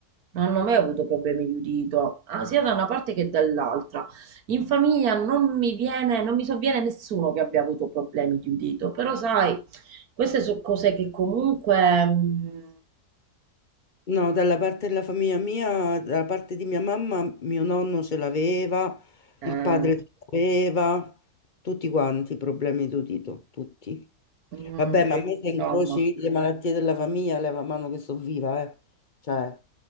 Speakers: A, on the right (about 70°); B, on the left (about 45°).
A: non hanno mai avuto problemi di udito, ah, sia da una parte che dall'altra. In famiglia non mi viene, non mi sovviene nessuno che abbia avuto problemi di udito, però sai, queste sono cose che comunque... mm,
B: No, dalla parte della famiglia mia, dalla parte di mia mamma, mio nonno ce l'aveva,
A: eh,
B: il padre ce l'aveva, tutti quanti i problemi d'udito, tutti.
A: mm,
B: Vabbè,
A: quindi,
B: ma a me
A: insomma,
B: se incroci le malattie della famiglia, leva mano che sto viva, eh. Cioè,